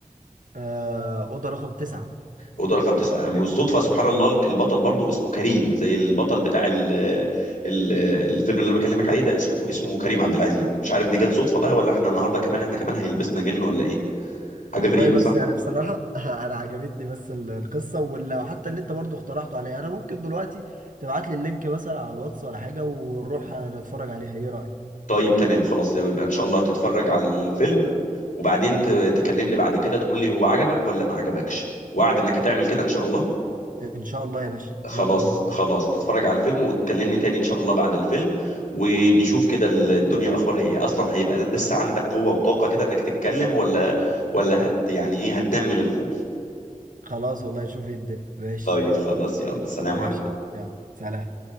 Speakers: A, on the right; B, on the left.
A: آه، اوضه رقم تسعة
B: اوضه رقم تسعه بالصدفه سبحان الله الك- البطل برضو اسمه كريم زي البطل بتاع ال ال الفيلم اللي انا بكلمك عليه ده اسمه اسمه كريم عبد العزيز مش عارف دي جت صدفه بقى ولا احنا النهارده كمان احنا كمان هيلبسنا جن ولا ايه حاجه
A: والله
B: غريبه
A: بس
B: صح
A: يعني بصراحه <laughs> انا عجبتني بس ال- القصه واللي حتى اللي انت برضو اقترحته عليا انا ممكن دلوقتي تبعت لي اللينك مثلا على الواتس ولا حاجه ونروح آه، نتفرج عليها ايه رايك
B: طيب تمام خلاص يبقى ان شاء الله هتتفرج على الفيلم وبعدين ت- تكلمني بعد كده تقول لي هو عجبك ولا ما عجبكش وعد انك هتعمل كده ان شاء الله
A: ان شاء الله يا باشا
B: خلاص
A: يلا بينا
B: خلاص تتفرج على الفيلم وتكلمني تاني ان شاء الله بعد الفيلم ونشوف كده الدنيا اخبارها ايه اصلا هيبقى لسه عندك قوة وطاقة كده انك تتكلم ولا ولا هت يعني ايه هتنام من الخوف
A: خلاص والله نشوف ايه الدنيا ماشي
B: طيب خلاص يلا سلام
A: ماشي
B: عليكم
A: يا عم. يلا سلام